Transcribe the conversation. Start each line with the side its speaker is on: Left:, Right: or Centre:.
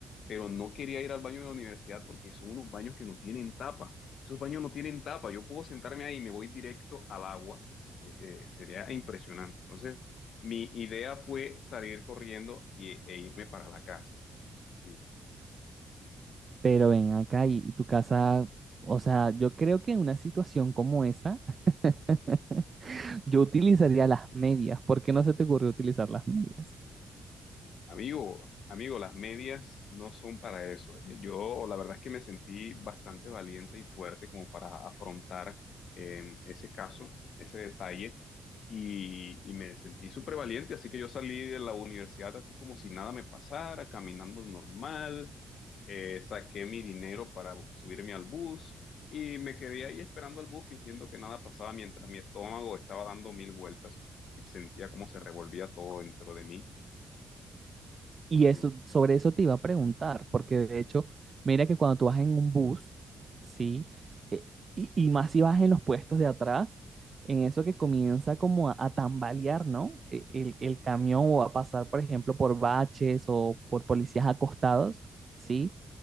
Left: pero no quería ir al baño de la universidad porque son unos baños que no tienen tapa. Esos baños no tienen tapa. Yo puedo sentarme ahí y me voy directo al agua eh, eh, sería impresionante. Entonces, mi idea fue salir corriendo y, e irme para la casa. Sí.
Right: Pero ven acá y, y tu casa, o sea, yo creo que en una situación como esa, <laughs> yo utilizaría las medias, ¿por qué no se te ocurrió utilizar las medias?
Left: Amigo, amigo, las medias no son para eso. ¿eh? Yo la verdad es que me sentí bastante valiente y fuerte como para afrontar eh, ese caso, ese detalle, y, y me sentí súper valiente, así que yo salí de la universidad así como si nada me pasara, caminando normal, eh, saqué mi dinero para subirme al bus y me quedé ahí esperando al bus fingiendo que nada pasaba mientras mi estómago estaba dando mil vueltas y sentía como se revolvía todo dentro de mí.
Right: Y
Left: Sí.
Right: eso, sobre eso te iba a preguntar, porque de hecho, mira que cuando tú vas en un bus, ¿sí? Eh, Y, y más si vas en los puestos de atrás, en eso que comienza como a, a tambalear, ¿no? E- El, el camión o a pasar, por ejemplo, por baches o por policías acostados, ¿sí?